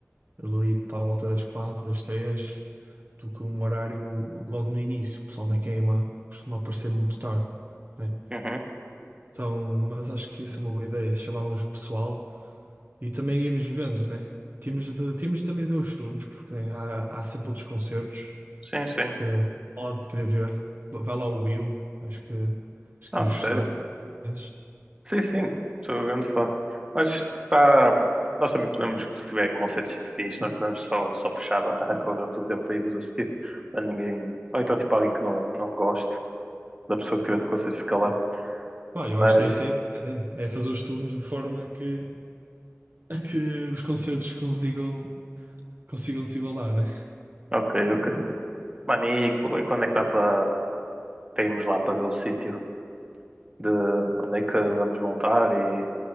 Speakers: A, on the right; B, on the right.
A: ali para a volta das quatro, das três, do que um horário logo no início. O pessoal na queima costuma aparecer muito tarde, né?
B: uhum.
A: Então, mas acho que isso é uma boa ideia. Chamávamos o pessoal e também íamos vendo, né? Tínhamos de, tínhamos de também ver os turnos, porque né, há, há sempre outros concertos
B: Sim, sim.
A: que pode querer ver. Vai lá o Will, acho que, acho
B: Ah,
A: que ia
B: sério.
A: gostar. Mas,
B: Sim, sim, sou um grande fã. Mas tá, nós também podemos, se tiver concertos tipo fixe, nós podemos só, só fechar a barraca durante o tempo para irmos assistir. Para ninguém. Ou então tipo alguém que não, não goste da pessoa que estiver no concerto fica lá.
A: Pá, eu
B: Mas
A: acho que essa é essa a ideia, né? É fazer os turnos de forma a que, a que os concertos consigam, consigam se igualar, né?
B: ok, ok. Mano, e co- e quando é que dá para para irmos lá para ver o sítio de onde é que vamos montar e,